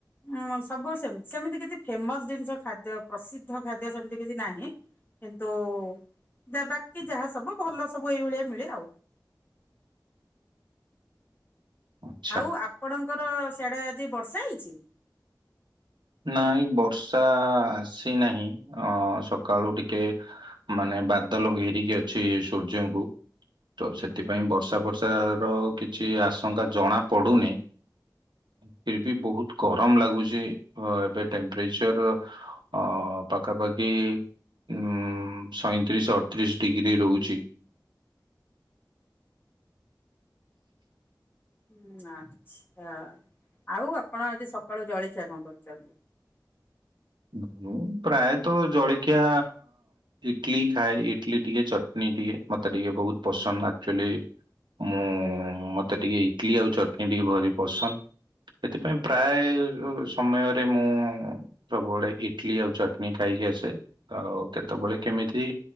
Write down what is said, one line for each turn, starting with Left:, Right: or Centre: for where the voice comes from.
Left: ଉଁ ସବୁ ସେମିତି ସେମିତି କିଛି ଫେମସ ଜିନିଷ ଖାଦ୍ୟ ପ୍ରସିଦ୍ଧ ଖାଦ୍ୟ ସେମିତି କିଛି ନାହିଁ। କିନ୍ତୁ ଯା ବାକି ଯାହା ସବୁ ଭଲ ସବୁ ଏଇଭଳିଆ ମିଳେ ଆଉ।
Right: ଆଚ୍ଛା
Left: ଆଉ ଆପଣଙ୍କର ସିଆଡେ ଆଜି ବର୍ଷା ହେଇଛି?
Right: ନାଇଁ ବର୍ଷା ଆସିନାହିଁ ଅ ସକାଳୁ ଟିକେ ମାନେ ବାଦଲ ଘେରିକି ଅଛି ସୂର୍ଯ୍ୟଙ୍କୁ। ତ ସେଥିପାଇଁ ବର୍ଷା ଫର୍ଷା ର କିଛି ଆଶଙ୍କା ଜଣା ପଡୁନି। ଫିର ବି ବହୁତ ଗରମ ଲାଗୁଛି ଅ ଏବେ ଟେମ୍ପ୍ରେଚର ଅ ପାଖାପାଖି ଉ ସଇଁତିରିଶି ଅଠତିରିଶି ଡିଗ୍ରୀ ରହୁଛି।
Left: ହୁଁ ଆଚ୍ଛା ଆଉ ଆପଣ ଆଜି ସକାଳୁ ଜଳଖିଆ କଣ କରିଚନ୍ତି?
Right: ଧୁନୁ ପ୍ରାୟତଃ ଜଳିଖିଆ ଇଟଲିି ଖାଏ ଇଟଲି ଟିକେ ଚଟନୀ ଟିକେ ମତେ ଟିକେ ବହୁତ ପସନ୍ଦ ଆକ୍ଚୁଆଲି ମୁଁ ମତେ ଟିକେ ଇଟଲିି ଆଉ ଚଟନୀ ଟିକେ ଭାରି ପସନ୍ଦ। ଏଥିପାଇଁ ପ୍ରାୟେ ସମୟରେ ମୁଁ ସବୁବେଳେ ଇଟଲି ଆଉ ଚଟନୀ ଖାଇକି ଆସେ ଆଉ କେତେବେଳେ କେମିତି